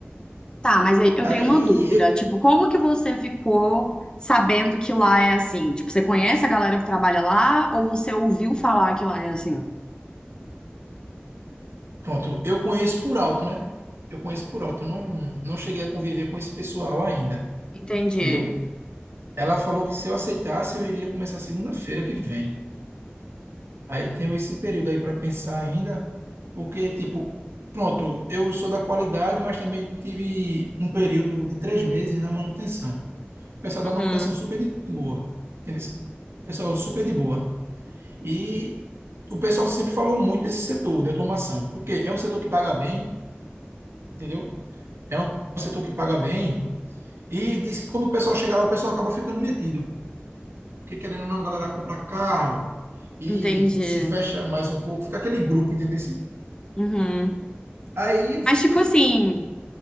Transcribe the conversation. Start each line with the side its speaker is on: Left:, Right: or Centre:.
Left: Tá, mas aí eu
Right: Aí
Left: tenho uma dúvida.
Right: eu,
Left: Tipo, como que você ficou sabendo que lá é assim? Tipo, você conhece a galera que trabalha lá, ou você ouviu falar que lá é assim?
Right: Pronto, eu conheço por alto, né? Eu conheço por alto, eu não, não cheguei a conviver com esse pessoal ainda,
Left: Entendi.
Right: entendeu? Ela falou que se eu aceitasse, eu iria começar segunda-feira que vem. Aí tenho esse período aí para pensar ainda, porque, tipo, pronto, eu sou da qualidade, mas também tive um período de três meses na manutenção. O pessoal da
Left: Uhum.
Right: manutenção super de boa, entendeu? O Pessoal super de boa. E o pessoal sempre falou muito desse setor de automação, porque é um setor que paga bem, entendeu? É um setor que paga bem e diz que quando o pessoal chega lá, o pessoal acaba ficando metido, porque querendo ou não, a galera compra carro e
Left: Entendi.
Right: se fecha mais um pouco, fica aquele grupo, entendeu?
Left: Uhum.
Right: Aí eu
Left: Mas,
Right: fiquei
Left: tipo assim,